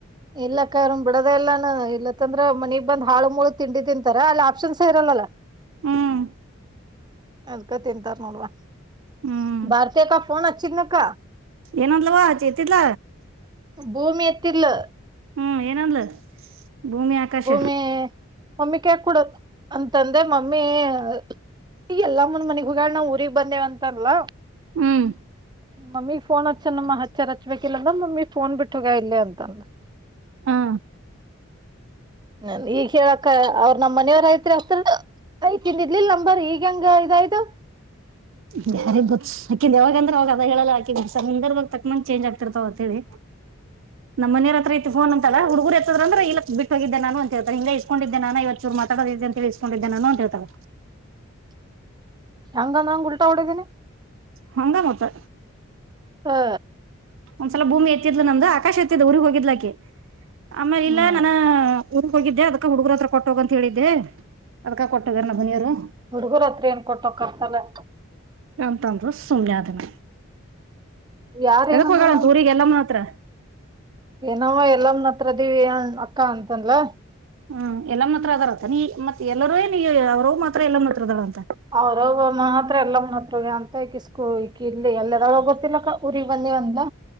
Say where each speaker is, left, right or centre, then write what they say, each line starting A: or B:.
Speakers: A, on the right; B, on the right.
A: ಇಲ್ಲಕ್ಕನಾನ್ ಬಿಡದ ಇಲ್ಲಾನ ಇಲ್ಲತ್ತಂದ್ರ ಮನಗ್ ಬಂದ್ ಹಾಳು ಮುಳು ತಿಂಡಿ ತಿಂತಾರ ಅಲ್ಲಿ ಆಪ್ಷನ್ಸ್ ಇರಲ್ಲ ಅಲ.
B: ಹ್ಮ್
A: ಅದಕ ತಿಂತಾರ ನೋಡುವ
B: ಹ್ಮ್
A: ಭಾರತಿ ಅಕ್ಕಗ ಫೋನ್ ಹಚ್ಚಿದ್ನಾಕ್ಕ.
B: ಏನ್ ಅಂದ್ಲವ್ವ ಚಿತಿದ್ಲ.
A: ಭೂಮಿ ಎತ್ತಿದ್ಲು.
B: ಹ್ಮ್ ಏನಂದ್ಲು ಭೂಮಿ ಆಕಾಶ.
A: ಭೂಮಿ ಮಮ್ಮಿ ಕೈಯ ಕುಡ ಅಂತಂದೆ ಮಮ್ಮಿ ಎಲ್ ಈ ಎಲ್ಲಮ್ಮ ಮನಿಗ್ ಹೋಗ್ಯಾಳ ನಾ ಊರಿಗೆ ಬಂದೇವಂತಾರಲ್ಲ.
B: ಹ್ಮ್
A: ಮಮ್ಮಿಗ್ ಫೋನ್ ಹಚ್ಚನಮ್ಮ ಹಚ್ಚರ್ ಹಚ್ಬೇಕಿಲ್ಲ ಅಂದ್ರ ಮಮ್ಮಿ ಫೋನ್ ಬಿಟ್ಟು ಹೋಗ್ಯಾಳ ಇಲ್ಲೇ ಅಂತನ್ನು. <inaudible>
B: ಹ.
A: ನನ್ ಈಗ್ ಹೇಳಕ್ಕ ಅವ್ರ ನಮ್ಮ್ ಮನೆಯವರಐತ್ರಿ ಅತ್ರ. ಐ ಇಕಿಂದಿರ್ಲಿಲ್ಲ ನಂಬರ್ ಈಗ ಹೆಂಗ ಇದಾಯ್ತು.
B: ಬಾ ಯಾರಿಗೊತ್ತು ಯಾವಾಗ ಅಂದ್ರ ಅವಾಗ ಅದ ಹೇಳಲ್ಲ ಯಾಕಂದರ ಸಂದರ್ಭ ತಕ್ಕ ನಂಗ ಚೇಂಜ್ ಆಗ್ತಿರ್ತಾವ ಅಂತ ಹೇಳಿ.
A: <inaudible>
B: ನಮ್ಮನವರ ಹತ್ರ ಐತೆ ಫೋನ್ ಅಂತರ ಹುಡುಗರು ಎತ್ಕ ಅ್ರ ಇಲ್ಲಕ್ ಬಿಟ್ಟ ಹೋಗಿದ್ದೆ ನಾನು ಅಂತ ಹೇಳ್ತಾರ ಇಲ್ಲ ಇಸ್ಕೊಂಡಿದ್ದೆ ನಾನು ಇವತ್ತು ಚೂರು ಮಾತಾಡತಿದ್ದ ಅಂತ ಹೇಳಿ ಇಸ್ಕೊಂಡಿದ್ದೆ ನಾನು ಅಂತ ಹೇಳ್ತಾಳ.
A: <unintelligible> ಹೆಂಗಂದ ನಂಗ ಉಲ್ಟಾ ಹೊಡದೀನ.
B: ಹಂಗ ಮತ್ತ್.
A: ಹಾ.
B: ಒಂದ್ಸಲ ಭೂಮಿ ಎತ್ತಿದ್ಲು ನಮ್ದು ಆಕಾಶ ಎತ್ತಿದ್ ಊರಿಗೆಗ್ ಹೋಗಿದ್ಲಾಕೆ ಆಮೇಲೆ
A: ಹ್ಮ್
B: ಇಲ್ಲಾ ನಾನ ಊರಿಗೆ ಹೋಗಿದ್ದೆ ಅದಕ ಹುಡುಗರು ಹತ್ರ ಕೊಟ್ಟೋಗ ಅಂತ ಹೇಳಿದ್ದೆ ಅದ್ಕ ಕೊಟ್ಟೋ ಗ್ಯಾರ ನಮ್ಮನೆಯವರು.
A: ಹುಡುಗರ ಹತ್ರ ಏನ ಕೊಟ್ಟೊಕ್ಕರ ತಗೋ.
B: ಅಂತಂದರು ಸುಮ್ನಾದೆ ನಾ.
A: ಯಾರ
B: ಯದಕ
A: ಏನಂದ್ರು
B: ಹೋಗ್ಯಾಳ ಅಂತ ಊರಿಗೆ ಎಲ್ಲಮ್ಮನ ಹತ್ರ.
A: ನಾವ ಎಲ್ಲಮ್ಮನ ಹತ್ರದಿವಿ ಅಕ್ಕ ಅಂತಂದಳ್.
B: ಹೂ ಎಲ್ಲಮ್ಮನ ಹತ್ತಿರ ಅದರಂತನ ಈಗ ಮತ್ತ ಎಲ್ಲರೂ ಏನ ಅವರವ್ವ ಮಾತ್ರ ಎಲ್ಲಮ್ಮನತ್ರ ಅದಾಳಂತ.
A: ಅವರವ್ವ ಮಾತ್ರ ಎಲ್ಲಮನ್ ಹತ್ರಾ ಇದಾಳ ಅಂತ ಈಕಿ ಸ್ಕೂ ಈಕಿ ಇಲ್ಲಿ ಎಲ್ಲಿದಾಳೋ ಗೊತ್ತಿಲ್ಲಕ್ಕ. ಊರಿಗ್ ಬಂದೇವ ಅಂದ್ಲ